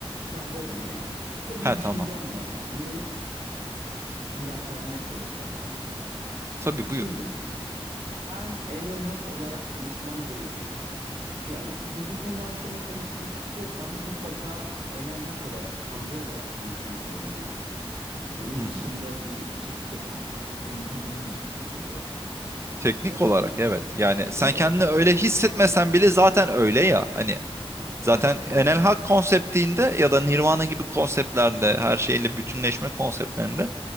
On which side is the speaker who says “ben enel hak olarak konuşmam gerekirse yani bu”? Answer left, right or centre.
Right